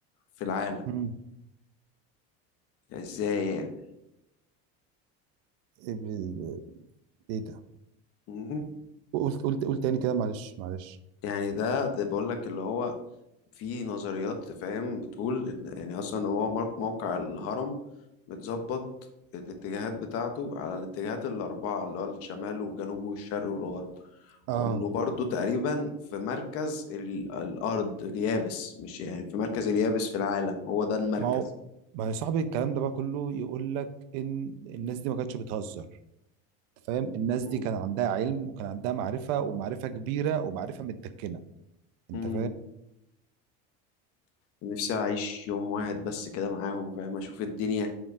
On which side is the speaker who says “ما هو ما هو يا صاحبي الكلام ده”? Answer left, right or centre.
Right